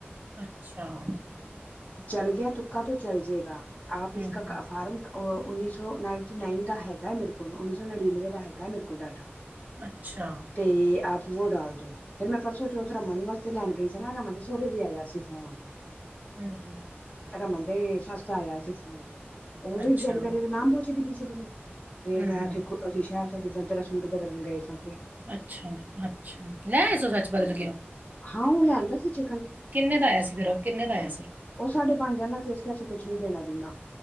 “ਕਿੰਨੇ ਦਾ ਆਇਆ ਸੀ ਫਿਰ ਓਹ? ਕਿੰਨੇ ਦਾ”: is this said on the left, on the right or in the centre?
Right